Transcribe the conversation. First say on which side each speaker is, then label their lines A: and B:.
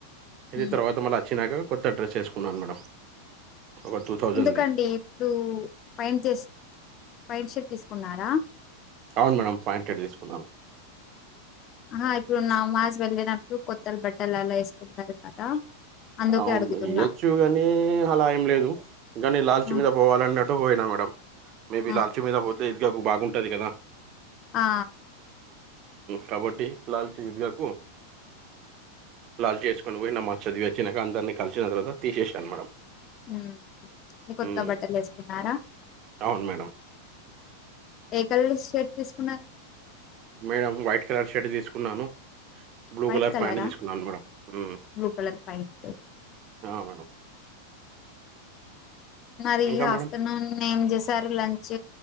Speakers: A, on the right; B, on the left.
A: ఇది
B: ఉమ్.
A: తర్వాత మళ్ళ వచ్చినాక కొత్త డ్రెస్ వేసుకున్నాను మేడం ఒక టూ థౌజండ్ది
B: ఎందుకండి ఇప్పుడు పైన్ చే ఫైన్ షర్ట్ తీసుకున్నారా
A: అవును మేడం పాయింట్ షట్ తీసుకున్నాను
B: ఆహ ఇప్పుడు నామాజ్ వెళ్ళినప్పుడు కొత్తల బట్టలు అలా వేసుకుంటారు కదా అందుకే
A: అవును
B: అడుగుతున్నా
A: మే ఏయొచ్చుగాని అలా ఏం లేదు కానీ లాల్చి
B: ఉమ్,
A: మీద పోవాలన్నట్ ట్టు పోయినా మేడం మేబి
B: ఉమ్,
A: లాల్చి మీద పోతే ఇదిగకు బాగుంటది కదా
B: ఆ
A: కాబట్టి లల్చీ ఇదుగాకు లల్చీ వేసుకొని పోయి నామజ్ చదివివ్ చిన్నగా అందరిని కలిసిన తర్వాత తీసేసాను మేడం
B: ఆ హ మీ కొత్త
A: మ్మ్
B: బట్టలేసుకున్నారా
A: అవును మేడం
B: ఏ కలస్ షర్ట్ తీసుకున్న
A: మేడం వైట్ కలర్ షర్ట్ తీసుకున్నాను బ్లూ
B: వైట్
A: కలర్
B: కలరా
A: ప్యాంట్ తీసుకున్నాను మేడం మ్
B: బ్లూ కలర్ ప్యాంట్
A: ఆ మేడం
B: మరి ఇగ
A: ఇంకా మేడం
B: ఆఫ్టర్ ర్నూన్ ఏం చేశారు లంచ్